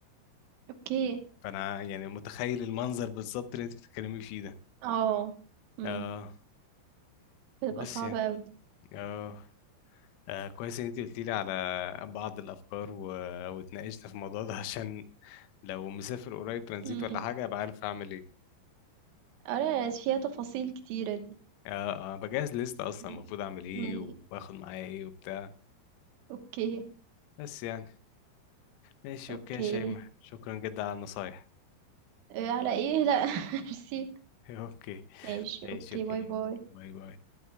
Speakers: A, on the right (about 80°); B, on the left (about 85°).
A: أوكي،
B: فانا يعني متخيل المنظر بالظبط اللي انت بتتكلمي فيه ده
A: آه، إمم،
B: اه
A: بتبقى
B: بس
A: صعبة
B: يعني
A: أوي.
B: اه آه، كويس ان انت قلتي لي على بعض الافكار و... واتناقشنا في الموضوع ده عشان لو مسافر قريب ترانزيت
A: إمم،
B: ولا حاجه ابقى عارف اعمل ايه
A: آه، لا، لا، فيها تفاصيل كتيرة دي.
B: اه آه، بجهز لستة اصلا
A: إمم.
B: المفروض اعمل ايه
A: إمم.
B: وباخد معايا ايه وبتاع
A: أوكي،
B: بس يعني ماشي
A: أوكي.
B: اوكي يا شيماء شكرا جدا على النصايح
A: آآ على إيه لأ <laughs> ميرسي.
B: <laughs> اوكي
A: ماشي،
B: ماشي
A: أوكي،
B: اوكي
A: باي،
B: يلا
A: باي.
B: باي باي